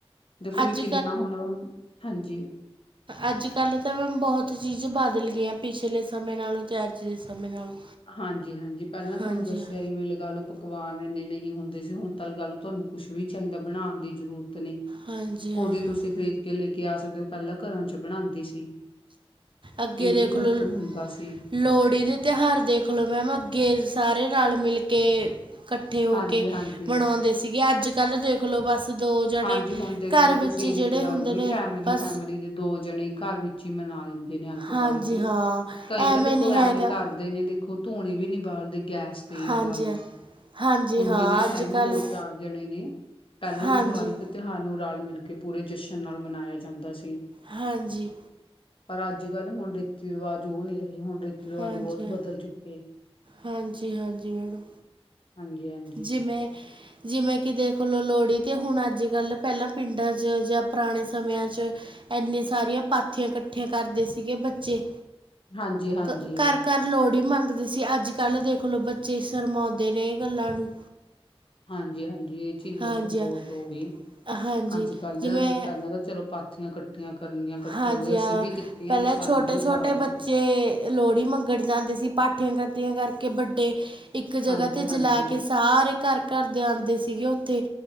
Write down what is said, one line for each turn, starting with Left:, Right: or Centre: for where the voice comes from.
Left: ਦੇਖੋ
Right: ਅੱਜ
Left: ਵੀ ਕਿੰਨਾ ਹੁਣ ਹਾਂਜੀ।
Right: ਅੱਜ-ਕੱਲ੍ਹ ਤਾਂ ਮੈਮ ਬਹੁਤ ਚੀਜ਼ਾਂ ਬਦਲ ਗਈਆਂ ਪਿਛਲੇ ਸਮੇਂ ਨਾਲੋਂ ਤੇ ਅੱਜ ਦੇ ਸਮੇਂ ਨਾਲੋਂ।
Left: ਹਾਂਜੀ ਹਾਂਜੀ ਪਹਿਲਾਂ ਤੁਹਾਨੂੰ
Right: ਹਾਂਜੀ
Left: ਦੱਸਿਆ
Right: ਹਾਂ
Left: ਜ ਵੀ ਲਗਾ ਲਓ ਪਕਵਾਨ ਇੰਨੇ ਨਹੀਂ ਹੁੰਦੇ ਸੀ। ਹੁਣ ਤਾਂ ਲਗਾ ਲਉ ਤੁਹਾਨੂੰ ਕੁਛ ਵੀ ਚਾਹੀਦਾ ਬਣਾਣ ਦੀ ਜ਼ਰੂਰਤ ਨੀ।
Right: ਹਾਂਜੀ
Left: ਉਹਦੀ
Right: ਹਾਂ
Left: ਤੁਸੀਂ ਖ਼ਰੀਦ ਕੇ ਲੈ ਕੇ ਆ ਸਕਦੇ ਹੋ। ਪਹਿਲਾਂ ਘਰਾਂ ਚ ਬਣਾਦੀ ਸੀ।
Right: ਅੱਗੇ
Left: ਇਹ
Right: ਦੇਖ
Left: ਵੀ ਫਰਕ
Right: ਲਓ
Left: ਹੁੰਦਾ ਸੀ।
Right: ਲੋਹੜੀ ਦੇ ਤਿਉਹਾਰ ਦੇਖ ਲਓ ਮੈਮ ਅੱਗੇ ਸਾਰੇ ਨਾਲ ਮਿਲ ਕੇ ਕੱਠੇ ਹੋ
Left: ਹਾਂਜੀ-ਹਾਂਜੀ,
Right: ਕੇ ਮਨਾਉਂਦੇ
Left: ਹਾਂਜੀ
Right: ਸੀਗੇ। ਅੱਜ-ਕੱਲ੍ਹ ਦੇਖਲੋ ਬਸ ਦੋ ਜਣੇ
Left: ਹਾਂਜੀ, ਹੁਣ ਦੇਖ
Right: ਘਰ
Left: ਲੋ
Right: ਵਿੱਚ
Left: ਤੁਸੀਂ
Right: ਜਿਹੜੇ
Left: ਇਹੀ ਲਗਾ
Right: ਹੁੰਦੇ
Left: ਲਓ ਵੀ
Right: ਨੇ
Left: ਫੈਮਿਲੀ-ਫੈਮਿਲੀ
Right: ਬਸ
Left: ਦੇ ਦੋ ਜਣੇ ਘਰ ਵਿੱਚ ਮਨਾ ਲੈਂਦੇ ਨੇ ਅੱਗ
Right: ਹਾਂਜੀ
Left: ਬਾਲ ਕੇ
Right: ਹਾਂ
Left: ਕਈ ਤਾਂ ਦੇਖੋ
Right: ਨਹੀਂ
Left: ਐਵੇਂ
Right: ਹੈਗਾ
Left: ਘਰ ਦੇ ਨੇ ਦੇਖੋ, ਧੂਣੀ ਵੀ ਨੀ ਬਾਲਦੇ ਗੈਸ ਤੇ ਹੀ
Right: ਹਾਂਜੀ
Left: ਲਗਾ ਲੋੋ।
Right: ਹਾਂ ਹਾਂਜੀ
Left: ਹੁਣ
Right: ਹਾਂ
Left: ਜਿਦੇ
Right: ਅੱਜ
Left: ਹੈਗੇ
Right: ਕੱਲ੍ਹ
Left: ਦੋ-ਚਾਰ ਜਣੇ ਨੇ ਪਹਿਲਾਂ
Right: ਹਾਂਜੀ
Left: ਦੇ ਤਿਉਹਾਰ ਨੂੰ ਰਲ-ਮਿਲ ਕੇ ਪੂਰੇ ਜਸ਼ਨ ਨਾਲ ਮਨਾਇਆ ਜਾਂਦਾ ਸੀ।
Right: ਹਾਂਜੀ
Left: ਪਰ ਅੱਜ-ਕੱਲ੍ਹ ਹੁਣ ਰੀਤੀ ਰਿਵਾਜ਼ ਉਹ ਨੀ ਰਹੇ। ਹੁਣ ਰੀਤੀ ਰਿਵਾਜ
Right: ਹਾਂਜੀ
Left: ਬਹੁਤ
Right: ਹਾਂ
Left: ਬਦਲ ਚੁੱਕੇ।
Right: ਹਾਂਜੀ
Left: <inaudible>
Right: ਹਾਂਜੀ ਮੈਡਮ
Left: ਹਾਂਜੀ ਹਾਂਜੀ।
Right: ਜਿਵੇਂ ਜਿਵੇਂ ਕਿ ਦੇਖ ਲਓ ਲੋਹੜੀ ਤੇ ਹੁਣ ਅੱਜ ਕੱਲ੍ਹ ਪਹਿਲਾਂ ਪਿੰਡਾਂ 'ਚ ਜਾਂ ਪੁਰਾਣੇ ਸਮਿਆਂ 'ਚ ਇੰਨੇ ਸਾਰੀਆਂ ਪਾਥੀਆਂ ਇਕੱਠੀਆਂ ਕਰਦੇ ਸੀਗੇ ਬੱਚੇ।
Left: ਹਾਂਜੀ-ਹਾਂਜੀ।
Right: ਘਰ -ਘਰ ਲੋਹੜੀ ਮੰਗਦੇ ਸੀ ਅੱਜ ਦੇਖਲੋ ਬੱਚੇ ਸ਼ਰਮਾਉਂਦੇ ਨੇ। ਗੱਲਾਂ ਨੂੰ
Left: ਹਾਂਜੀ -ਹਾਂਜੀ। ਚੇਂਜ
Right: ਹਾਂਜੀ
Left: ਦੇਖੋ, ਬਹੁਤ
Right: ਹਾਂ-
Left: ਹੋ ਗਈ
Right: ਹਾਂਜੀ
Left: ਅੱਜ-ਕੱਲ੍ਹ
Right: ਜਿਵੇਂ
Left: ਪਹਿਲਾਂ ਤਾਂ ਚਲੋ ਪਾਥੀਆਂ ਇਕੱਠੀਆਂ ਕਰਨੀਆਂ। ਇਕੱਠੇ
Right: ਹਾਂਜੀ
Left: ਹੋ ਗਏ ਅਸੀਂ
Right: ਹਾਂ
Left: ਵੀ ਕੀਤੀਆਂ
Right: ਪਹਿਲਾਂ
Left: ਨੇ ਸਾਨੂੰ
Right: ਛੋਟੇ-ਛੋਟੇ
Left: ਵੀ ਯਾਦ
Right: ਬੱਚੇ
Left: ਆ।
Right: ਲੋਹੜੀ ਮੰਗ ਪਾਥੀਆਂ ਇਕੱਠੀਆਂ ਕਰਕੇ ਵੱਡੇ ਇੱਕ ਜਗ੍ਹਾ
Left: ਹਾਂਜੀ-ਹਾਂਜੀ,
Right: ਤੇ ਜਲਾਕੇ ਸਾਰੇ ਘਰ- ਘਰ ਦੇ ਆਉਂਦੇ ਸੀਗੇ ਉੱਥੇ